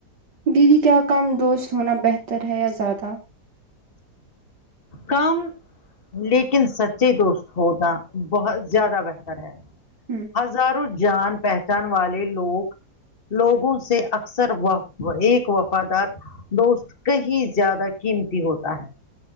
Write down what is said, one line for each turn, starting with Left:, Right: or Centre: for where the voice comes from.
Right: دیدی کیا کم دوست ہونا بہتر ہے یا زیادہ <inaudible>
Left: کم لیکن سچے دوست ہونا بہت زیادہ بہتر ہے
Right: ہوں
Left: ہزاروں جان پہچان والے لوگ لوگوں سے اکثر و ایک وفادار دوست کہیں زیادہ قیمتی ہوتا ہے